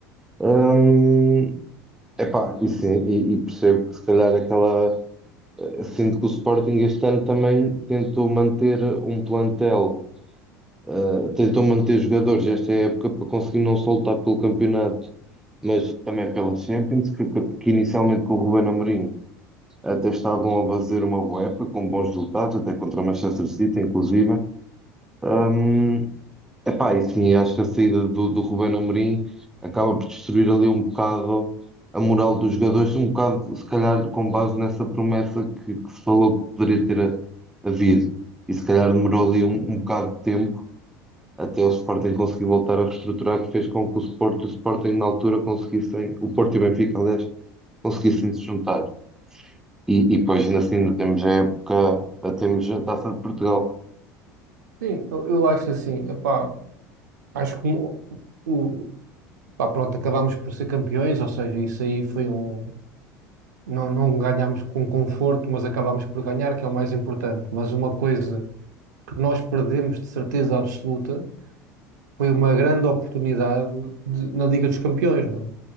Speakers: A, in the centre; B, on the right.
A: Hum, epá, e sim, e, e percebo que se calhar aquela. eh, Sinto que o Sporting este ano também tentou manter um plantel Uh, tentou manter jogadores esta época para conseguir não só lutar pelo campeonato, mas também pela Champions, que, que- inicialmente com o Ruben Amorim até estavam a fazer uma boa época, com bons resultados, até contra o Manchester City, inclusive. Um, epá, e sim, acho que a saída do, do Ruben Amorim acaba por destruir ali um bocado a moral dos jogadores, um bocado, se calhar, com base nessa promessa que, que se falou que poderia ter havido. E se calhar demorou ali um, um bocado de tempo até o Sporting conseguir voltar a reestruturar, que fez com que o Sport e o Sporting na altura conseguissem, o Porto e o Benfica, aliás, conseguissem se juntar. E, e depois ainda assim ainda temos a época, a- temos a Taça de Portugal.
B: Sim, eu, eu acho assim, epá, acho que o, o- pá, pronto, acabámos por ser campeões, ou seja, isso aí foi um. Não, não ganhámos com conforto, mas acabámos por ganhar, que é o mais importante. Mas uma coisa que nós perdemos de certeza absoluta foi uma grande oportunidade de- na Liga dos Campeões, né?